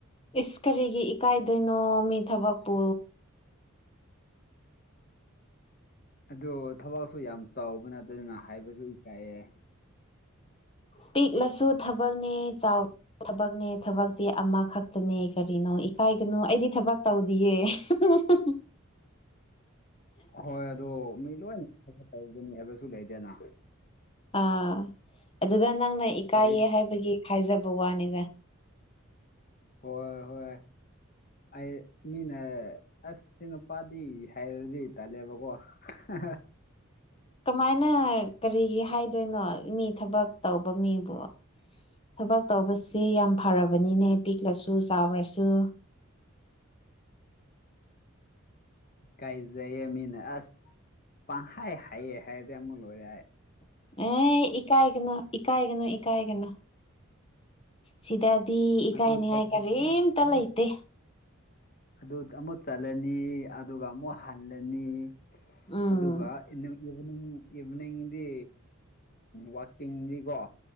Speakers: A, on the left; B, on the left.
A: ꯏꯁ ꯀꯔꯤꯒꯤ ꯏꯀꯥꯏꯗꯣꯏꯅꯣ ꯃꯤ ꯊꯕꯛꯄꯨ
B: ꯑꯗꯨ ꯊꯕꯛꯁꯨ ꯌꯥꯝ ꯆꯥꯎꯕ ꯅꯇꯦꯗꯅ ꯍꯥꯏꯕꯁꯨ ꯏꯀꯥꯏꯌꯦ <inaudible>
A: ꯄꯤꯛꯂꯁꯨ ꯊꯕꯛꯅꯦ ꯆꯥꯎ ꯊꯕꯛꯅꯦ ꯊꯕꯛꯇꯤ ꯑꯃꯈꯛꯇꯅꯦ ꯀꯔꯤꯅꯣ ꯏꯀꯥꯏꯒꯅꯨ ꯑꯩꯗꯤ ꯊꯕꯛ ꯇꯧꯗꯤꯌꯦ <unintelligible>
B: <inaudible> ꯍꯣꯏ ꯑꯗꯣ ꯃꯤ ꯂꯣꯏꯟ ꯊꯕꯛ ꯇꯧꯒꯅꯤ ꯍꯥꯏꯕꯁꯨ ꯂꯩꯗꯦꯅ
A: ꯑꯥ ꯑꯗꯨꯗ ꯅꯪꯅ ꯏꯀꯥꯏꯌꯦ
B: ꯀꯔꯤ
A: ꯍꯥꯏꯕꯒꯤ ꯍꯥꯏꯖꯕ ꯋꯥꯅꯤꯗ
B: ꯍꯣꯏ ꯍꯣꯏ ꯑꯩ ꯃꯤꯅ ꯑꯁ ꯁꯤ ꯅꯨꯄꯥꯗꯤ ꯍꯥꯏꯔꯗꯤ ꯇꯜꯂꯦꯕꯀꯣ <unintelligible>
A: ꯀꯃꯥꯏꯅ ꯀꯔꯤꯒꯤ ꯍꯥꯏꯗꯣꯏꯅꯣ ꯃꯤ ꯊꯕꯛ ꯇꯧꯕ ꯃꯤꯕꯨ ꯊꯕꯛ ꯇꯧꯕꯁꯤ ꯌꯥꯝ ꯐꯔꯕꯅꯤꯅꯦ ꯄꯤꯛꯂꯁꯨ ꯆꯥꯎꯔꯁꯨ
B: ꯀꯥꯏꯖꯩꯌꯦ ꯃꯤꯅ ꯑꯁ ꯄꯪꯍꯥꯏ ꯍꯥꯏꯌꯦ ꯍꯥꯏꯔꯗꯤ ꯑꯃꯨꯛ ꯂꯣꯏꯔꯦ ꯍꯥꯏ
A: ꯑꯦ ꯏꯀꯥꯏꯒꯅꯨ ꯏꯀꯥꯏꯒꯅꯨ ꯏꯀꯥꯏꯒꯅꯨ ꯁꯤꯗꯗꯤ
B: ꯑꯗꯨ
A: ꯏꯀꯥꯏꯅꯤꯉꯥꯏ
B: ꯆꯠ-
A: ꯀꯔꯤꯝꯇ ꯂꯩꯇꯦ
B: ꯑꯗꯨ ꯑꯃꯨꯛ ꯆꯠꯂꯅꯤ ꯑꯗꯨꯒ ꯑꯃꯨꯛ ꯍꯜꯂꯅꯤ
A: ꯎꯝ
B: ꯑꯗꯨꯒ ꯏꯅꯨꯡ ꯏꯚ꯭ꯅꯤꯡꯗꯤ ꯋꯥꯛꯀꯤꯡꯗꯤꯀꯣ